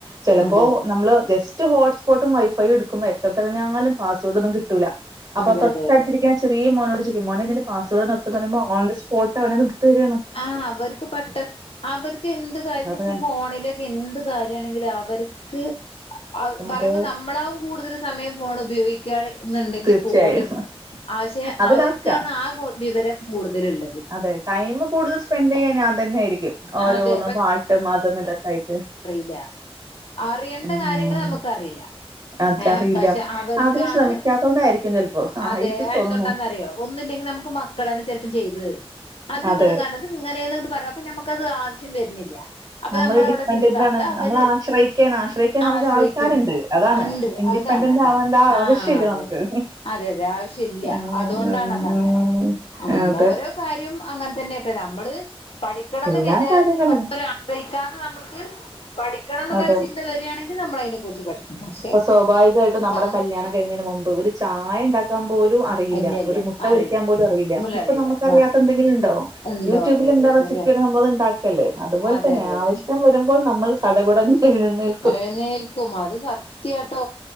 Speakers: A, on the right; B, on the left.
A: ചെലപ്പോ
B: അതെ
A: നമ്മള് ജസ്റ്റ് ഹോട്ട്സ് പോട്ടും വൈഫൈയും എടുക്കുമ്പോ എത്ര തെരഞ്ഞാലും പാസ് വേർഡ് ഒന്നും കിട്ടൂല അപ്പോ
B: അതെ അതെ
A: തൊട്ടട്തിരിക്കണ
B: അതെ
A: ചെ ചെറിയ മോനോട്‌ ചോയ്ക്കും മോനേ ഇതിന്റെ പാസ്സ്‌വേർഡോന്നെടുത്ത് തരോ ഓൺന്തസ്പോട്ട് അവനത് എടുത്ത് തെരാണ്.
B: ആഹ് അവർക്ക് പെട്ട അവർക്ക് എന്ത് കാര്യു
A: അതെ
B: പ്പ ഫോണില് എന്ത് കാര്യണെങ്കിലും അവർക്ക് ആ പറയുമ്പ
A: അതെ
B: നമ്മളാവും കൂടുതല് സ് സമയം ഫോണ് ഉപയോ ഗിക്കാന്ന്ണ്ടെങ്കി
A: തീർച്ചയായും
B: പോലും ആ ഷെ
A: അത്
B: അവർക്കാണ്
A: കറക്റ്റാ
B: ആ കൂ വിവരം. കൂട്തല്ള്ളത്.
A: അതെ ടൈമ് കൂടുത സ്പെന്റയ്യാ ഞാൻ തന്നൊയിരിയ്ക്കും ഓരോന്ന്
B: അതെ
A: പാട്ട് അതും ഇതൊക്കായിട്ട്.
B: ല്ല അറിയണ്ട
A: മ്മ്.
B: കാര്യങ്ങള് നമ്മക്ക് അറീല.
A: അതറിയില്ല.
B: ഏ പക്ഷേ അവര്ക്കാണ്
A: അതിന് ശ്രമിക്കാത്തോണ്ടായിരിക്കും ചെലപ്പോ.
B: അതെ
A: ആയിരിക്കും
B: അഹ്
A: തോന്നുന്നു.
B: എന്തോണ്ടന്നറിയോ? ഒന്നില്ലെങ്കിൽ നമുക്ക് മക്കളെന്നെ ചെലപ്പൊ ചെയ്ത് തരും. അത് ഇങ്ങട്ട്
A: അതെ.
B: കര അത് ഇങ്ങനെന്ന് പറയാം അപ്പൊ നമുക്കത് ആവശ്യം വര്ന്നില്ല്യ. അപ്പൊ
A: നമ്മള്
B: നമ്മളവടെ
A: ഡിപെൻഡന്റ്
B: ചിന്താതഅവര്
A: ആണ്. നമ്മളെ ആശ്രയിക്കാൻ ആശ്രയിക്കാൻ നമുക്ക്
B: ആശ്രയികാണ്.
A: ആൾക്കാരുണ്ട്. അതാണ്.
B: ആഹ് ണ്ട്.
A: ഇൻഡിപെൻഡന്റ്
B: അതാണ് അതാണ്
A: ആവേണ്ട
B: ആഹ്
A: ആവശ്യമില്ല
B: അതെ
A: നമുക്ക്.
B: അതെ അതെ അതെ ആവശ്യല്ല.
A: ആഹ്.
B: അതുകൊണ്ടാണ് അതങ്ങനെ ഉം
A: അതെ.
B: ഓരോ കാര്യം അങ്ങ അങ്ങൻതന്നെയാട്ടാ നമ്മള് പഠിക്കണന്ന്
A: എല്ലാ
B: വിചാരിച്ചിട്ട്
A: കാര്യങ്ങളും.
B: മറ്റൊരാളെ അറിയിക്കാതെ നമ്മൾക്ക് പഠിക്കണം എന്നുള്ളൊരു
A: അതെ.
B: ചിന്ത വരാണെങ്കിൽ നമ്മളതിനെ കുറിച്ച് പഠിക്കും. പക്ഷെ
A: ഇപ്പൊ സ്വാഭാവികമായിട്ടും നമ്മുടെ
B: നം
A: കല്ല്യാണം കഴിയുന്നേന് മുമ്പ് ഒരു ചായ ഉണ്ടാക്കാൻ പോലും അ റിയില്ല
B: ഇല്ല ഇല്ല
A: ഒരു മുട്ട
B: അറിയില്ല
A: പൊരിക്കാൻ പോലും അറിയില്ല
B: മുല
A: ഇപ്പ
B: അറിയില്ല
A: നമ്മക്കറിയാത്ത
B: ആ
A: എന്തെങ്കിലുണ്ടോ?
B: ഉണ്ടോ
A: യൂട്യൂബിൽ
B: അതെ അതെ
A: എന്താ റെസിപ്പി
B: ശരിയാണ്
A: നമ്മള് ണ്ടാക്കല്. അതുപോൽതന്നെ
B: അതെ അതെ
A: ആവശ്യം
B: അതെ
A: വരുമ്പോൾ നമ്മൾ സടകുടഞ്ഞ് എഴുന്നേൽ
B: ഏഴുന്നേൽക്കും അത് സത്യട്ടോ.